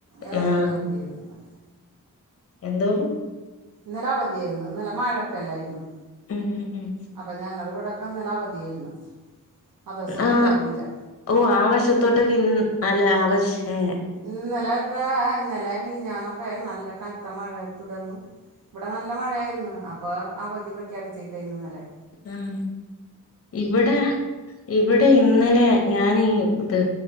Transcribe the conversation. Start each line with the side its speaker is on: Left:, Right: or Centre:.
Right: ഏവ
Left: ആഹ്
Right: മിന്റേ അവതിയായിരുന്നു ഇന്നലെ
Left: എന്തോ?
Right: ഇന്നലെ അവധിയായിരുന്നു ഇന്നലെ മഴൊക്കെല്ലായിരുന്നോ?
Left: ഉം ഉം ഉം
Right: അപ്പൊ ഞങ്ങ ഇവിടെ അപ്പം ന്നലേ അവധിയാരുന്ന് മദ്രസൊന്നുണ്ടായിരിന്നില്ല
Left: ആഹ് ഓ ആ വശത്തോട്ട് കി അല്ല ആ വശേ
Right: ഇന്നലൊക്കെ ഇ ന്നലെ മിനിഞ്ഞാന്ന് ക്കെ നല്ല കനത്ത മഴയെ തുടർന്നു ഇവിടെ നല്ല മഴായിരുന്ന് അപ്പ അവധി പ്രഖ്യാപിച്ചേക്കായിരുന്നുന്നല്ലേ.
Left: ഉം ഇവിടെ ഇവിടെ ഇന്നലെ ഞാനീ ഇത്